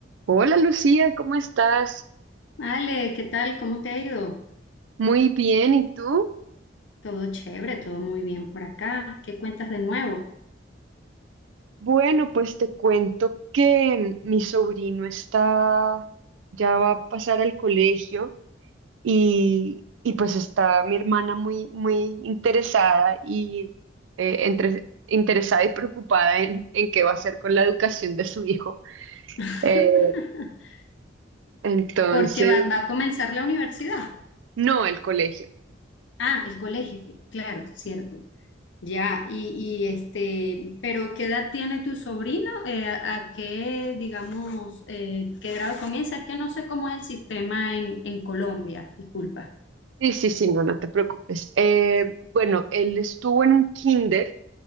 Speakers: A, on the right; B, on the left.
A: Hola Lucía, ¿cómo estás?
B: Ale, ¿qué tal? ¿Cómo te ha ido?
A: Muy bien, ¿y tú?
B: Todo chévere, todo muy bien por acá. ¿Qué cuentas de nuevo?
A: Bueno, pues te cuento que mi sobrino está, ya va a pasar al colegio y, y pues está mi hermana muy, muy interesada y eh, entre, interesada y preocupada en, en qué va a hacer con la educación de su hijo.
B: <laughs>
A: Eh, entonces,
B: Porque va, va a comenzar la universidad.
A: no el colegio.
B: Ah, el colegio, claro, cierto. Ya, y, y, este, pero ¿qué edad tiene tu sobrino? Eh, ¿a, a qué, digamos, eh, qué grado comienza? Es que no sé cómo es el sistema en, en Colombia, disculpa.
A: Sí, sí, sí, no, no te preocupes. Eh, bueno, él estuvo en un kinder